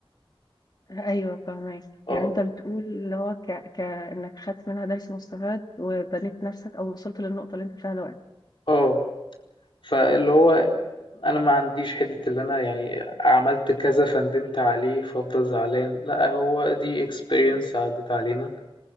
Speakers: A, on the left; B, on the left.
A: أيوة فاهمك
B: آه،
A: يعني أنت بتقول اللي هو ك... كأنك خدت منها درس مستفاد وبنيت نفسك أو وصلت للنقطة اللي أنت فيها دلوقتي
B: آه، فاللي هو أنا ما عنديش حِتّة اللي أنا يعني عملت كذا فندمت عليه فافضل زعلان، لأ، هو دي experience عدّت علينا،